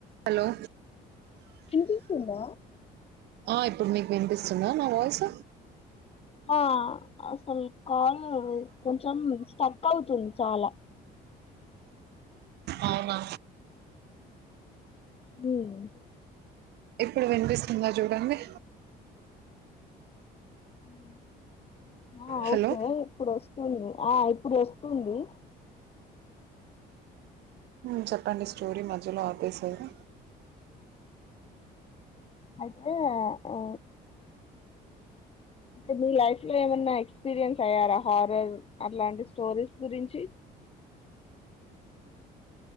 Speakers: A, on the right (about 80°); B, on the left (about 35°).
A: Hello
B: చూపిస్తుందా
A: ఆ ఇప్పుడు మీకు వినిపిస్తుందా నా వాయిస్
B: ఆ అసల్ కాల్ కొంచెం స్టక్ ఐతుంది చాలా
A: అవునా
B: మ్మ్
A: ఇప్పుడు వినిపిస్తుందా జుడండి
B: మ్మ్ ఆ
A: హలో
B: ఓకే ఇప్పుడు ఓస్తుంది ఆ ఇప్పుడు వస్తుంది
A: మ్మ్ చెప్పండి స్టోరీ మధ్యలో ఆపేసారు
B: ఐతే ఆ అ ఆ అంటే మీ లైఫ్ లో ఏమన్నా ఎక్స్పీరియన్స్ అయ్యారా హారర్ అట్లాంటి స్టోరీస్ గురించి